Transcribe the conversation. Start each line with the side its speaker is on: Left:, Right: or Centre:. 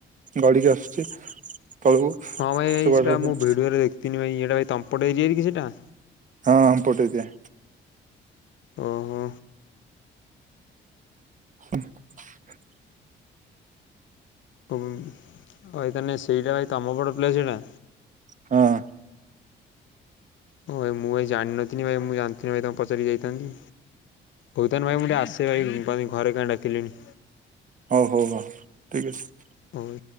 Right: ଗଡି଼କି ଆସୁଛି ତଳକୁ।
Left: ହଁ ଭାଇ
Right: ସେ ୱାଟର
Left: ସେଇଟା ମୁଁ
Right: ଫଲ୍
Left: ଭିଡିଓରେ ଦେଖଥିନି ଭାଇ ଏଇଟା ତମ ପଟେ ହେଇଚି କି ସେଟା?
Right: ହଁ ଆମ ପଟ ଏରିଆ।
Left: ଓହୋ।
Right: <inaudible>
Left: ଭାଇ ତାହାନେ ସେଇଟା ଭାଇ ତମ ପଟ ପ୍ଲେସ୍ ସେଟା?
Right: ହଁ।
Left: ଓ ଭାଇ ମୁଁ ଭାଇ ଜାଣିନଥିଲି ମୁଁ ଜାଣି ଭାଇ ତମକୁ ପଚାରି ଯାଇଥାନ୍ତି। ହୋଉ ତାହାନେ ଭାଇ ମୁଁ ଟିକେ ଆସେ ଭାଇ ଘରେ କାହିଁ ଡାକିଲେଣି।
Right: ହୋଉ ହୋଉ ହୋଉ ଠିକ୍ ଅଛି।
Left: ଅଉ।